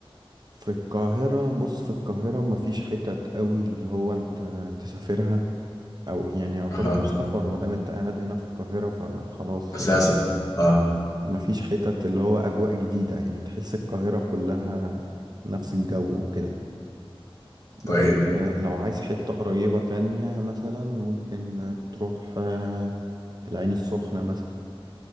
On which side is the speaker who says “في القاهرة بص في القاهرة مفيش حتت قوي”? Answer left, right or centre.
Right